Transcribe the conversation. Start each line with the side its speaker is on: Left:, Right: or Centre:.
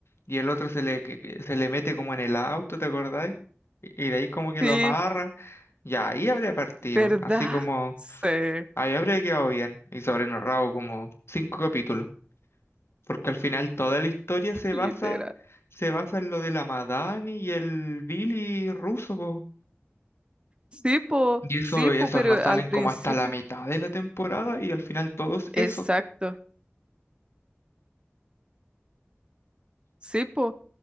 Left: y el otro se le, que- que se le mete como en el auto, ¿te acordáis? Y y de ahí como que
Right: sí,
Left: lo amarra, ya ahí habría partido,
Right: ¿verdad?
Left: así como
Right: Sí.
Left: ahí habría quedado bien, y sobrenorrado como cinco capítulos, porque al final toda la historia se
Right: Literal.
Left: basa, se basa en lo de la Madani y el Billy ruso,
Right: Sí, po,
Left: Y eso,
Right: sí, po,
Left: y esos
Right: pero
Left: no salen
Right: al principio,
Left: como hasta la mitad de la temporada y al final todos
Right: exacto,
Left: eso.
Right: sí, po.